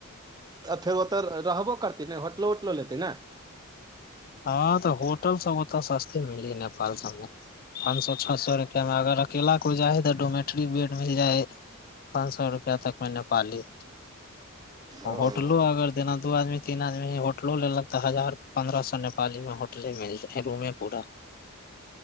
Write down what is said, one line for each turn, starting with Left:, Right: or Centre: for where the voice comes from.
Right: आ फेर ओतऽ रहबो करतै ने होटलो उटलो लेतै ने
Left: हँ तऽ होटल सब ओतऽ सस्ते मिली नेपाल सबमे पाँच सौ छओ सौ रुपैआमे अगर अकेला कोइ जाइ हइ तऽ डोमेट्री बेड मिल जाइ हइ पाँच सौ रुपआ तक मे नेपालि
Right: ओ
Left: होटलो
Right: हूँ
Left: अगर देना दू आदमी तीन आदमी ह होटलो लेलक तऽ हजार पन्द्रह सौ पाली मे होटले मिल जा है रूम पूरा